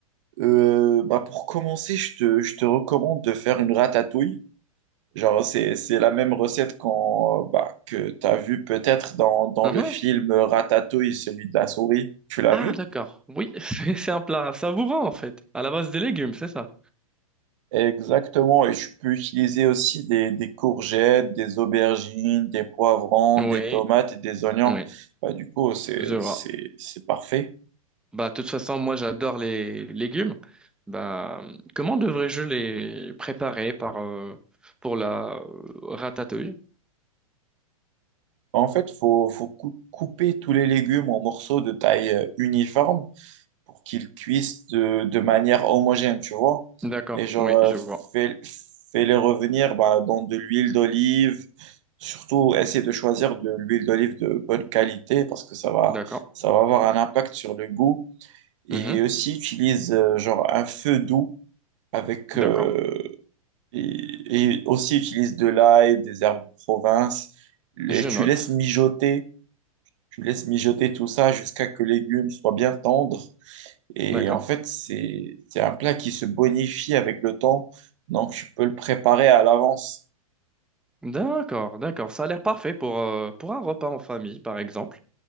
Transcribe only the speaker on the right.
Euh, bah pour commencer, je te, je te recommande de faire une ratatouille. Genre, c'est, c'est la même recette qu'on, bah, que tu as vue peut-être dans, dans
le film Ratatouille, celui de la souris. Tu l'as
vu?
Exactement, et je peux utiliser aussi des, des courgettes, des aubergines, des poivrons,
des tomates et des oignons.
Bah, du coup, c'est,
c'est, c'est parfait.
Bah, En fait, faut, faut cou- couper tous les légumes en morceaux de taille euh, uniforme pour qu'ils cuisent de, de manière homogène, tu vois.
Et genre,
euh,
fais, fais-les revenir bah, dans de l'huile d'olive. Surtout, essaie de choisir de l'huile d'olive de bonne qualité parce que ça va,
ça va avoir un impact sur le goût. et
aussi utilise euh, genre un feu doux avec euh,
et, et aussi utilise de l'ail, des herbes de province et
tu
laisses mijoter, tu laisses mijoter tout ça jusqu'à que les légumes soient bien tendres et
en fait c'est c'est un plat qui se bonifie avec le temps donc tu peux le préparer à l'avance.